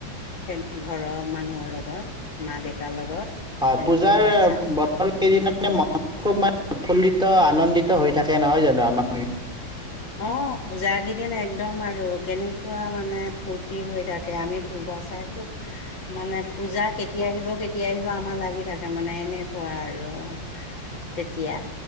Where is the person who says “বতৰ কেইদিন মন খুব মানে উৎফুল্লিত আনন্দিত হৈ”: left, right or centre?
Centre